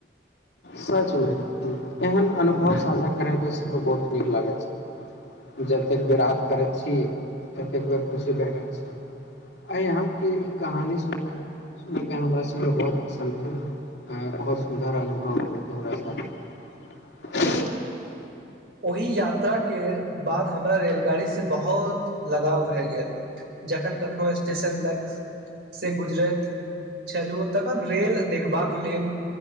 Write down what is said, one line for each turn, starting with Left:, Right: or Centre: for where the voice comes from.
Left: सच मे एहन अनुभव साझा करय के सेहो बहुत नीक लागैत छै जतेक बेर याद करैत छी ततेक बेर खुशी भेटैत छी आय अहाँके ई कहानी सुनब सुनि केँ हमरा सेहो बहुत पसन्द भेल बहुत सुन्दर अनुभव रहल दर स <unintelligible>
Right: ओहि यात्राकेर बाद हमरा रेलगाड़ीसँ बहुत लगाव भए गेल जखन कखनहु स्टेशन लगसँ गुजरैत छलहुँ तखन रेल देखबाक लेल